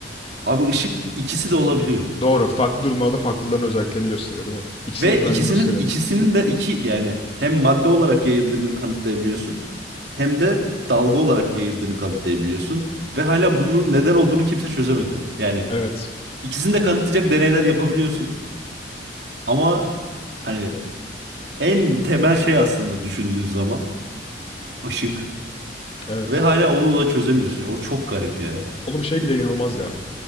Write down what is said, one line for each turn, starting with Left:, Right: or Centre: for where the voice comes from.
Right: Abi ışık ikisi de olabiliyor.
Left: Doğru. Farklı durumlarda farklıların özelliklerini gösteriyor değil mi? İkisinin
Right: Ve
Left: de özelliğini
Right: ikisinin
Left: gösteriyor.
Right: ikisinin de iki yani hem madde olarak yayıldığını kanıtlayabiliyorsun hem de dalga olarak yayıldığını kanıtlayabiliyorsun ve hala bunun neden olduğunu kimse çözemedi. Yani
Left: Evet.
Right: ikisini de kanıtlayacak deneyler yapabiliyorsun ama hani en temel şey aslında düşündüğün zaman ışık
Left: Evet.
Right: ve hala onu da çözemiyorsun. O çok garip ya.
Left: Oğlum şey bile inanılmaz ya.